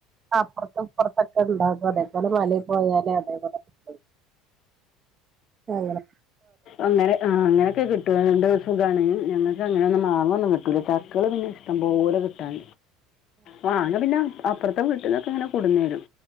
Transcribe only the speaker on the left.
അങ്ങനെ ആ അങ്ങനൊക്കെ കിട്ടൊണ്ട് സുഖാണ് ഞങ്ങക്ക് അങ്ങനൊന്നും മങ്ങൊന്നും കിട്ടു ചില ചക്കേള് പിന്നെ ഇഷ്ടംപോലെ കിട്ടാൻ മാങ്ങപിന്ന അപ്പർത്തെ വീട്ട്ന്നൊക്കെ ഇങ്ങനെ കൊട്ന്നേരും